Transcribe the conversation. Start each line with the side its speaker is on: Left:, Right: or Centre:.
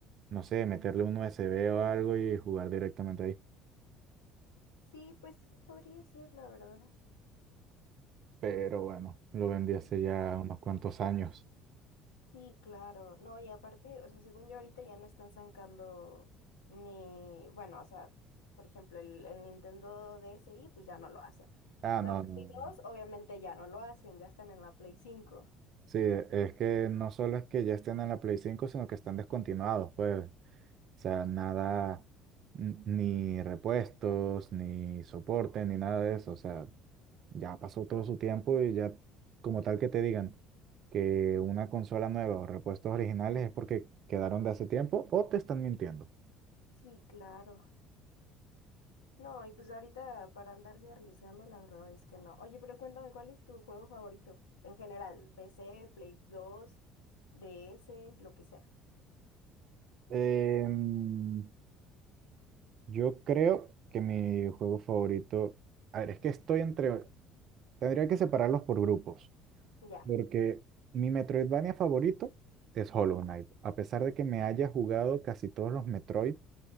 Right: No sé, meterle un USB o algo y jugar directamente ahí.
Left: Sí, pues sí, podría ser, la verdad.
Right: Pero bueno, lo vendí hace ya unos cuantos años.
Left: Sí, claro. No, y aparte, o sea, según yo ahorita ya no están sacando ni, bueno, o sea, por ejemplo, el, el Nintendo DSi, pues ya no lo hacen.
Right: Ah,
Left: La
Right: no,
Left: Play
Right: no.
Left: dos obviamente ya no lo hacen, ya están en la Play cinco
Right: Sí, es que no solo es que ya estén en la Play cinco sino que están descontinuados, pues. O sea, nada, n- ni repuestos, ni soporte, ni nada de eso. O sea, ya pasó todo su tiempo y ya, como tal que te digan que una consola nueva o repuestos originales es porque quedaron de hace tiempo o te están mintiendo.
Left: Sí, claro. No, y pues ahorita para andarse arriesgando, la verdad es que no. Oye, pero cuéntame, ¿cuál es tu juego favorito? En general, PC, Play 2, DS, lo que sea.
Right: Em, yo creo que mi juego favorito, a ver, es que estoy entre, tendría que separarlos por grupos.
Left: Ya,
Right: Porque mi Metroidvania favorito es Hollow Knight. A pesar de que me haya jugado casi todos los Metroid,